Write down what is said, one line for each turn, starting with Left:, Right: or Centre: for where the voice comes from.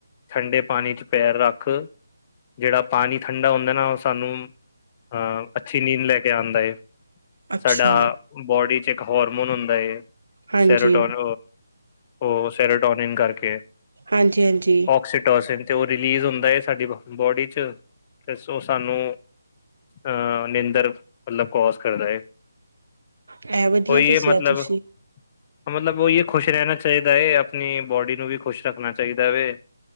Left: ਠੰਡੇ ਪਾਨੀ ਚ ਪੈਰ ਰੱਖ ਜੇੜਾ ਪਾਨੀ ਠੰਡਾ ਹੁੰਦਾ ਨਾ ਓਸ ਤਾਨੂੰ ਅਹ ਅੱਛੀ ਨੀਂਦ ਲੈ ਕੇ ਆਂਦਾ ਏ,
Right: ਅੱਛਾ
Left: ਸਾਡਾ ਬੋਡੀ ਚ ਇੱਕ ਹੋਰਮੋਨ ਹੁੰਦਾ ਏ
Right: ਹਾਂਜੀ,
Left: ਸੈਰੋਟੋਨ ਓ ਸੈਰੇਟੋਨਿਨ ਕਰਕੇ
Right: ਹਾਂਜੀ-ਹਾਂਜੀ।
Left: ਔਕਸੀਟੋਸਿਨ ਤੇ ਓ ਰਿਲੀਜ਼ ਹੁੰਦਾ ਏ ਸਾਡੀ ਬੋਡੀ ਚ ਤੇ ਸੁਸ ਤਾਨੂੰ ਅਹ ਨਿੰਦਰ ਮਤਲਬ ਕੌਸ ਕਰਦਾ ਏ।
Right: ਇਹ ਵਧੀਆ
Left: ਕੋਈ
Right: ਦੱਸਿਆ
Left: ਏ ਮਤਲਬ
Right: ਤੁਸੀਂ।
Left: ਮਤਲਬ ਓਈ ਏ ਖੁਸ਼ ਰੈਨਾ ਚਾਈਦਾ ਏ ਆਪਨੀ ਬੋਡੀ ਨੂੰ ਵੀ ਖੁਸ਼ ਰੱਖਨਾ ਚਾਈਦਾ ਵੇ।